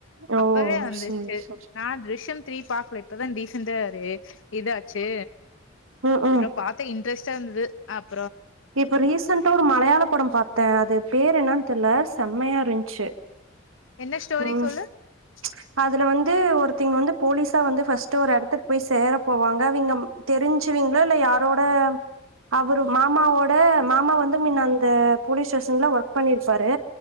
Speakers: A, on the right; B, on the left.
A: ஓ
B: அப்வே வந்துருச்சு
A: சரி சரி
B: நா திர்ஷய திரீ பார்கக்கல ரீசண்டா இதாச்சு
A: ம்
B: அப்றோ
A: ம்
B: பாத்தே இன்ட்ரெஸ்டா இருந்தது அப்
A: இப்ப ரீசெண்டா ஒரு மலையாள படம் பாத் ந்தே அது பேரு என்னு தெரியல செம்மையா இருந்துச்சு
B: என்ன ஸ்டோரி
A: ம்
B: <unintelligible>
A: அதுல வந்து ஒருத்திங்க வந்து போலீஸா வந்து ஃபர்ஸ்ட் ஒரு இடத்துக்கு போய் சேர போவாங்க அவிங்க தெரிஞ்சுவீங்களா இல்ல யாரோட அவரு மா அம்மாவோட மாமா வந்து முன்ன அந்த போலீஸ் ஸ்டேஷன்ல ஒர்க் பண்ணிருப்பாரு